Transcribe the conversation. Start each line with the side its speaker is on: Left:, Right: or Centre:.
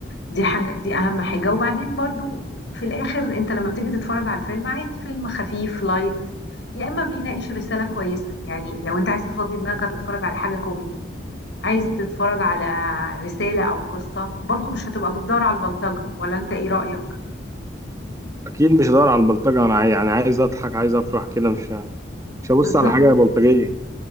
Left: دي حاجة دي أهم حاجة وبعدين برضو في الآخر أنت لما بتيجي تتفرج على الفيلم عايز فيلم خفيف لايت يا إما بيناقش رسالة كويسة يعني لو أنت عايز تفضي دماغك هتتفرج على حاجة كوميدي عايز تتفرج على رسالة أو قصة برضو مش هتبقى بتدور على البلطجة ولا أنت إيه رأيك
Right: اكيد مش هدور على البلطجة انا عاي- يعني عايز اضحك عايز افرح كده مش ه- مش هبص
Left: بالظبط
Right: على حاجة بلطجية